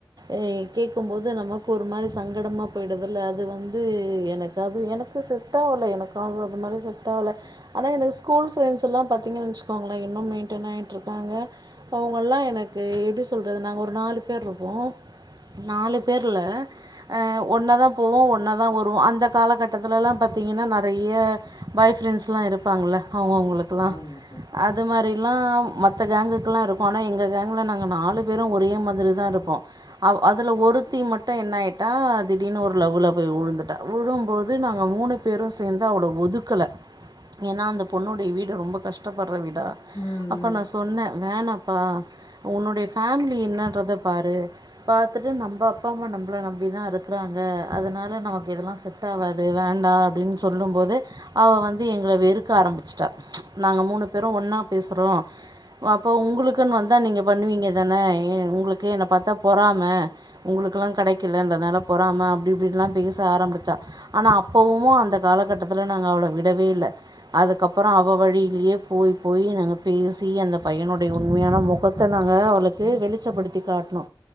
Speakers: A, on the right; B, on the left.
A: ஏ கேக்கும் போது நமக்கு ஒரு மாரி சங்கடமா போயிடுதுல அது வந்து எனக்கு அது எனக் இது செட் ஆவுல எனக்கு அது மாரி செட் ஆவுல ஆனா எனக்கு ஸ்கூல் ஃப்ரெண்ஸெலா பாத்தீங்கன் வெச்சுகோங்களே மெயின்டென் ஆய்ட்ருக்காங்க அவுங்கெல்லா எனக்கு எப்டி சொல்றது நாங்க ஒரு நாலு பேர்க்கோ நாலு பேர்ல அ ஒன்னாதா போவோ ஒன்னாதா வருவோ அந்த காலகட்டத்துலலா பாத் த்தீங்கன்னா நறைய பாய் ஃப்ரெண்ட்ஸ்லா இருப்பாங்ல அவுங்கவுங்குளுக்குலா
B: ஆமா
A: அது மாரிலா மத்த கேங்குக்குல்லா இருக்கோ ஆனா எங்க கேங்குல நாங்க நாலு பேரோ ஒரே மாதிரி ஒன்னா இருப்போ அவ் அதுல ஒருத்தி மட்டோ என்னா ஆய்ட்டா திடீர்னு ஒரு லவ்வுல போய் உழுந்துட்டா உழு போகும்போது நாங்க மூணு பேரோ சேந்து அவள ஒதுக்கல ஏன்னா அந்த பொண்ணோடைய வீடு ரொம்ப கஷ்டப்பட் அவள விடா
B: ம்
A: அப்ப
B: ம்
A: நா சொன்னே வேணாப்பா உன்னோடைய ஃபேமிலி என்னன்றத பாரு பாத்துட்டு நம்ம அப்பா அம்மா நம்மள நம்பி தா இருக்குறாங்க அதனால நமக்கு இதெல்லா செட் டாவாது வேண்டா அப்டீன்னு சொல்லும் போது அவ வந்து எங்கள வெறுக்க ஆரம்பிச்சிட்டா நாங்க மூணு மூணு பேரோ ஒன்னா பேசுறோ அப்போ உங்குளுக்குன்னு வந்தா நீங்க பண்ணுவீங்க தானே எ உங்குளுக்கு ஓகே என்ன பாத்தா பொறாம உங்குளுக்கெலா கெடைக்குல என்றதனால பொறாம அப்டி இப்டீலா பேச ஆரம்பிச்சா ஆனா அப்பவு அந்த காலகட்டத்துல நாங்க அவள விடவே இல்ல அதுக்கப்புறோ அவ வழிலயே போய் போயி நாங்க பேசி அந்த பையனோட உண்மையான மொகத்த நாங்க அவுளுக்கு வெளிச்சப்படுத்தி காட்ணோ